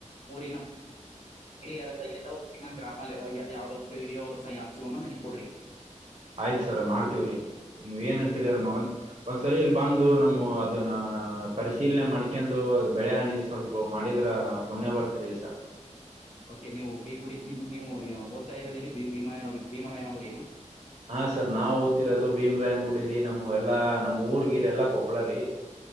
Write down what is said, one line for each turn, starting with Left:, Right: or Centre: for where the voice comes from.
Left: ಊರಿನ ಇ ಯಾರ ಇ ಊ ನ ಗ್ರಾಮ ಯಾವ್ದ್ ಪೀಡಿಯೋ್ ಸಹ ಹಾಚ್ಕೊಂಬ ನನಗ್ ಕೊಡ್ರಿ
Right: ಆಯ್ತ ಸರ್ ಮಾಡ್ತೀವ್ರಿ ನೀವ್ ಏನಂತ
Left: ಓಕೆ
Right: ಅ ಒಂದ ಒಂದ್ ಸರಿಲ್ ಬಂದು ನಮ್ಮ ಅ ಪರಿಶೀಲನೆ ಮಾಡ್ಕಂದುು ಬೆಳೆ ಹಾನಿದ ಸ್ವಲ್ಪ ಮಾಡಿದ್ರ ಪುಣ್ಯ ಬರ್ತ್ರಿ ಸರ್
Left: ಓಕೆ ನೀವು ಈ ಕುುಡಿ್ ನೀವು ಓದ್ತಾ ಇರೋದಲ್ಲಿ ಭೀಮ ಭೀಮ ರಾಯನುಡಿನ
Right: ಹಾ ಸರ್ ನಾವ ಓದ್ತಿರೋದು ಭೀಮ್ರಾಯನ್ ಗುಡಿರಿ ನಮ್ಮ ಎಲ್ಲಾ ನಮ್ಮ ಊರ್ಗಿರಿ ಎಲ್ಲಾ ಕೊಪ್ಳರೀ.